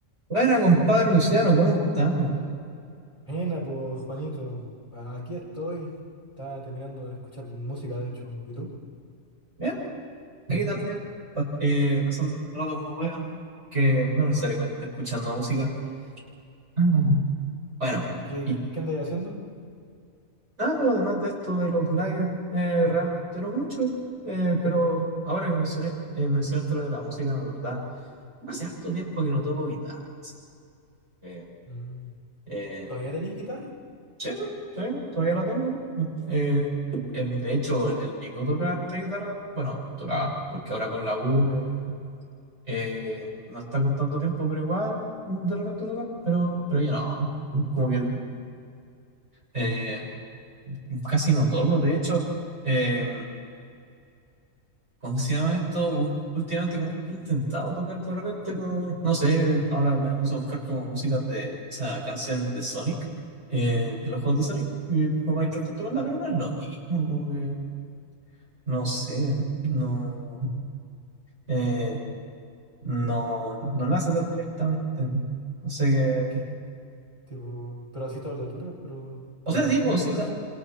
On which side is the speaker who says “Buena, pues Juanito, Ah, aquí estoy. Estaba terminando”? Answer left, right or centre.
Left